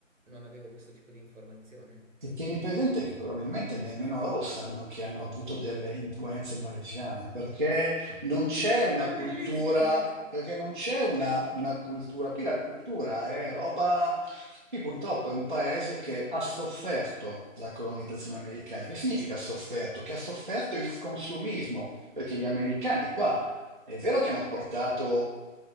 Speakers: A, on the right; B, on the right.
A: non avevo questo tipo di informazione.
B: E tieni presente che probabilmente nemmeno loro sanno che hanno avuto delle influenze malesiane, perché non
A: <laughs>
B: c'è una
A: Ah,
B: cultura,
A: bellissimo questo.
B: perché non c'è una, una cultura. Qui la cultura è roba. Qui purtroppo è un paese che ha sofferto la colonizzazione americana. Che significa ha sofferto? Che ha sofferto il consumismo, perché gli americani qua è vero che hanno portato